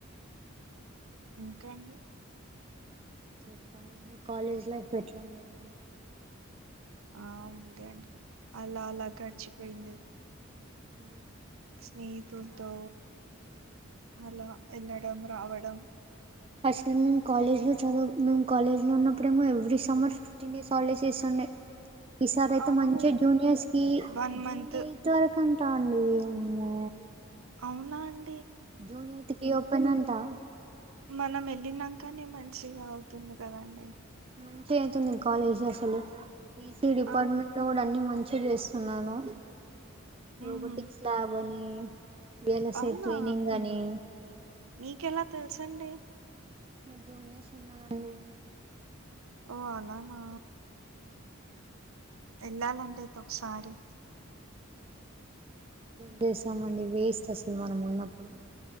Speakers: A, on the right; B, on the right.
A: ఇంకా అండి
B: చెప్పామండి కాలేజ్ లైఫ్ ఎట్లా ఉన్నాయండి
A: ఆ ఉంది అండి అలా అలా గడిచిపోయింది
B: హ
A: స్నేహితులతో అలా వెళ్ళడం రావడం
B: అసలు మేము కాలేజ్ లో చదువు మేము కాలేజ్ లో ఉన్నప్పుడేమో every summer fifteen days holidays చేస్తుండే ఈసారి అయితే
A: అవును
B: మంచిగా జూనియర్స్ కి
A: వన్ మంత్
B: జూన్ ఎయిత్ వరకు అంటా అండి అమ్మో
A: అవునా అన్
B: జూన్ ఎయిత్ కి ఓపెన్ అంటా
A: మనం వెళ్ళినంకనే మంచిగా అవుతుంది కదండి
B: మంచి అవుతుంది కాలేజ్ అసలు ఈసీ డిపార్ట్మెంట్
A: ఆ
B: లో కూడా అన్ని మంచి మంచి చేస్తున్నాను
A: ఉమ్
B: రోబోటిక్స్ ల్యాబ్ అని ఎలా
A: అవునా
B: సేర్తుయి ట్రైనింగ్ అని
A: మీకెలా తెలుసండి
B: మా జూనియర్స్ ఉన్నారండి
A: ఓ అలానా వెళ్ళాలంటే ఒకసారి
B: చేసామండి వేస్ట్ అసలు మనం ఉన్నప్పుడు